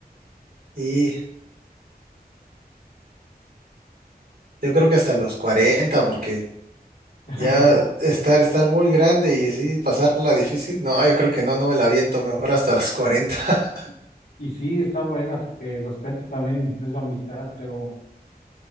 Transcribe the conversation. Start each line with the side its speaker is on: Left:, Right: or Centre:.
Right: y yo creo que hasta los 40, porque
Left: <laughs>
Right: ya estar, estar muy grande y sí, pasarla difícil. No, yo creo que no, no me la aviento, mejor hasta los 40. <laughs>
Left: Y sí, está buena porque los cuento también es la mitad, pero